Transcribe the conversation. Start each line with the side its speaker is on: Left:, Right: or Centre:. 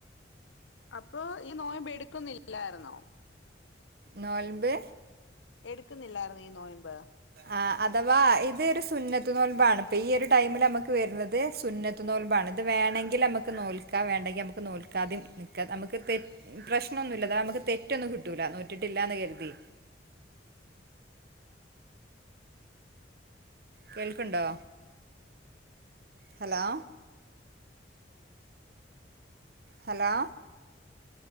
Left: അപ്പൊ ഈ നോമ്പ എടുക്കുന്നില്ലായിരുന്നോ
Right: നോൽമ്പ്
Left: എടുക്കുന്നില്ലായിരുന്ന ഈ നോയിമ്പ്
Right: ആ അഥവാ ഇതരു സുന്നത്ത് നോൽബാണ് ഇപ്പോൾ ഈ ഒരു ടൈമിൽ നമുക്ക് വരുന്നത് സുന്നത്ത് നോൽബാണ് അത് വേണമെങ്കിൽ നമുക്ക് നോൽക്കാം വേണ്ടെങ്കിൽ നമുക്ക് നോൽക്കാതും നക്ക നമുക്ക് തെ പ്രശ്നൊന്നുമില്ലല്ല നക്ക് തെറ്റൊന്നും കിട്ടൂല നൂറ്റിട്ടില്ലന്ന് കരുതി കേൾക്കണ്ടോ hello hello